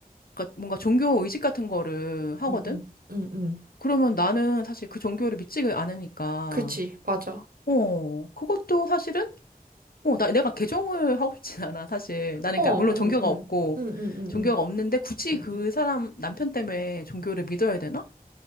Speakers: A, on the left; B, on the right.
A: 그러니까 뭔가 종교 의식 같은 거를 하거든?
B: 응, 응, 응, 응.
A: 그러면 나는 사실 그 종교를 믿지 않으니까,
B: 그치, 맞아.
A: 어, 그것도 사실은 어, 나, 내가 개종을 하고 싶진 않아, 사실. 나는,
B: 어,
A: 그러니까, 물론
B: 응,
A: 종교가
B: 응,
A: 없고,
B: 응, 응, 응,
A: 종교가 없는데, 굳이
B: 응.
A: 그
B: 응.
A: 사람, 남편 때문에 종교를 믿어야 되나?